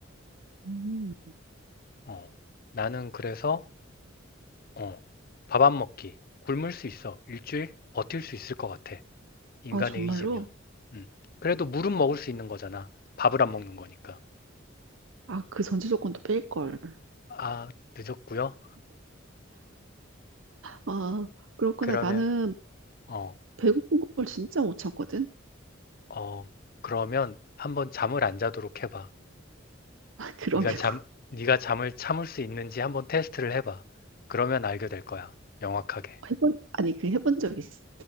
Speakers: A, on the right (about 75°); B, on the left (about 50°).
A: 음,
B: 어. 나는 그래서, 어. 밥 안 먹기. 굶을 수 있어. 일주일 버틸 수 있을 것 같아. 인간의
A: 아, 정말로?
B: 의지면. 음. 그래도 물은 먹을 수 있는 거잖아. 밥을 안 먹는 거니까.
A: 아, 그 전제 조건도 뺄걸.
B: 아, 늦었고요.
A: 아, 그렇구나.
B: 그러면
A: 나는
B: 어,
A: 배고픈 걸 진짜 못 참거든?
B: 어, 그러면 한번 잠을 안 자도록 해봐.
A: <laughs> 그러면.
B: 네가 잠, 네가 잠을 참을 수 있는지 한번 테스트를 해봐. 그러면 알게 될 거야. 명확하게.
A: 해본, 아니, 그 해본 적 있어?